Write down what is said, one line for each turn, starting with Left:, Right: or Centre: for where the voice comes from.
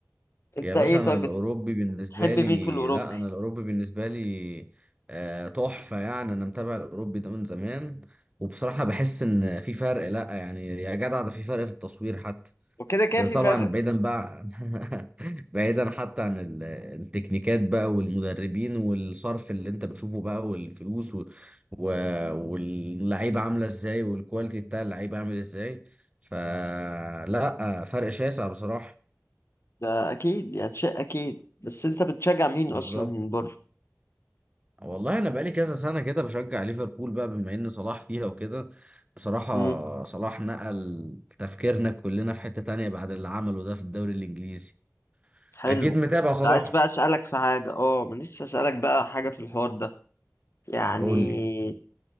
Left: أنت
Right: يا باشا
Left: إيه
Right: انا
Left: طيب
Right: الاوروبي بالنسبه
Left: بتحب
Right: لي
Left: مين في الأوروبي
Right: لا انا الاوروبي بالنسبه لي آه، تحفه يعني انا متابع الاوروبي ده من زمان وبصراحه بحس ان في فرق لا يعني يا جدع ده في فرق في التصوير حتى
Left: وكده كده
Right: ده
Left: في
Right: طبعا
Left: فرق
Right: بعيدا بقى <laughs> بعيدا حتى عن ال- التكنيكات بقى والمدربين والصرف اللي انت بتشوفه بقى والفلوس و... و... واللعيبه عامله ازاي والكواليتي بتاع اللعيبه عامل ازاي فلا فرق شاسع بصراحه
Left: ده اكيد يعني شيء اكيد بس انت بتشجع مين
Right: بالظبط
Left: اصلا من بره
Right: والله انا بقالي كذا سنه كده بشجع ليفربول بقى بما ان صلاح فيها وكده بصراحه
Left: امم
Right: صلاح نقل تفكيرنا كلنا في حته تانية بعد اللي عمله ده في الدوري الانجليزي
Left: حلو
Right: اكيد متابع
Left: كنت
Right: صلاح
Left: عايز بقى اسالك في حاجه اه ما لسه اسالك بقى حاجه في الحوار ده يعني
Right: قول لي